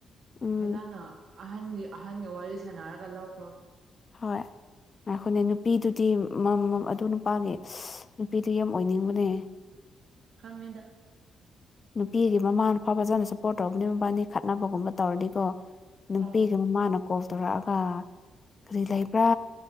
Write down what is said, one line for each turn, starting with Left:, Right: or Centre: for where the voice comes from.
Left: ꯎꯝ
Right: ꯐꯖꯅ ꯑꯍꯟꯒꯤ ꯑꯍꯟꯒ ꯋꯥꯔꯤ ꯁꯥꯟꯅꯔꯒ ꯂꯧꯈ꯭ꯔꯣ
Left: ꯍꯣꯏ ꯉꯥꯏꯈꯣꯅꯦ ꯅꯨꯄꯤꯗꯨꯗꯤ ꯃꯥ ꯃ ꯑꯗꯨ ꯅꯨꯄꯥꯒꯤ ꯅꯨꯄꯤꯗꯤ ꯌꯥꯝ ꯑꯣꯏꯅꯤꯡꯕꯅꯦ
Right: ꯈꯪꯅꯤꯗ
Left: ꯅꯨꯄꯤꯒꯤ ꯃꯃꯥꯅ ꯐꯎ ꯐꯖꯥꯅ ꯁꯄꯣꯔꯠ ꯇꯧꯕꯅꯦ ꯃꯕꯥꯟꯅꯤ ꯈꯠꯅꯕꯒꯨꯝꯕ ꯇꯧꯔꯗꯤꯀꯣ ꯅꯨꯄꯤꯒꯤ
Right: ꯑꯣ
Left: ꯃꯃꯥꯅ ꯀꯣꯜ ꯇꯧꯔꯛꯑꯒ ꯀꯔꯤ ꯂꯩꯕ꯭ꯔꯥ